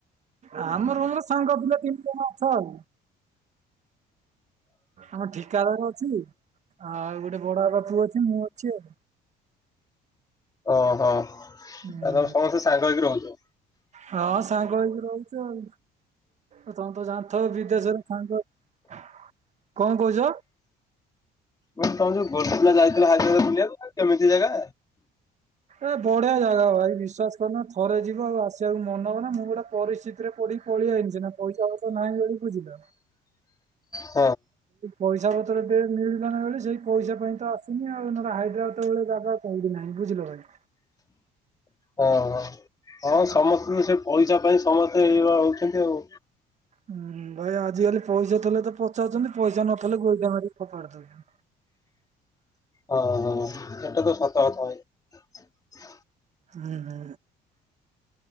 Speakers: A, on the right; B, on the left.
A: ଆମ ରୁମ୍ ରେ ସାଙ୍ଗ ପିଲା ତିନି ଜଣ ଅଛୁ ଆଉ। ଆମ ଠିକାଦାର ଅଛି। ଆଉ ଗୋଟେ ବଡ଼ ବାପା ପୁଅ ଅଛି ମୁଁ ଅଛି ଆଉ।
B: ଓହୋ ଆ ତମେ
A: ହୁଁ।
B: ସମସ୍ତେ ସାଙ୍ଗ ହେଇକି ରହୁଚ।
A: ହଁ ସାଙ୍ଗ ହେଇକି ରହୁଚୁ ଆଉ। ଆଉ ତମେ ତ ଜା ଥ ବିଦେଶରେ ସାଙ୍ଗ କଁ କୋହୁଚ?
B: ମୁଁ କହିଲି ଗୋକୁଳ ଯାଇଥିଲା ହାଇଦ୍ରାବାଦ ବୁଲିବାକୁ ଅ କେମିତି ଜାଗା।
A: ଏ ବଢ଼ିଆ ଜାଗା ଭାଇ ବିଶ୍ଵାସ କରୁନ ଥରେ ଯିବ ଆଉ ଆସିବାକୁ ମନ ହବନା ମୁଁ ଗୋଟା ପରିସ୍ଥିତିରେ ପଡ଼ି ପଳିଆଇନି ସିନା ପଇସା ପତର ନାହିଁ ବୋଲି ବୁଝିଲ?
B: ଁ
A: ପଇସା ପତ୍ର ଟ ମିଳିଲ ନା ବଳେ ସେଇ ପଇସା ପାଇଁ ତ ଆସୁନି ଆଉ। ନହେଲେ ହାଇଦ୍ରାବାଦ ଭଳିଳେ ଜାଗା କଦି ନାହିଁ ବୁଝିଲ ଭାଇ।
B: ହଁ ହଁ ସମସ୍ତଙ୍କୁ ସେ ପଇସା ପାଇଁ ସମସ୍ତେ ଏଇ ହଉଛନ୍ତି ଆଉ।
A: ହୁଁ ଭାଇ ଆଜିକାଲି ପଇସା ଥିଲେ ତ ପଚାଉଛନ୍ତି ପଇସା ନଥିଲେ ଗୋଇଠା ମାରିକି ଫପାଡି ଦେବେ।
B: ହଁ ହଁ ସେଟା ତ ସତ କଥା ଭାଇ।
A: ହୁଁ ହୁଁ।